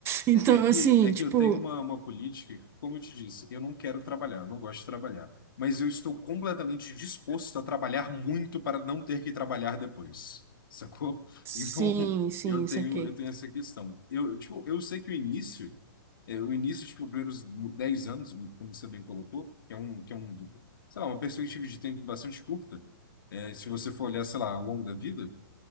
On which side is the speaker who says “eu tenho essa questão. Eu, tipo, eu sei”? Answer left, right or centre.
Left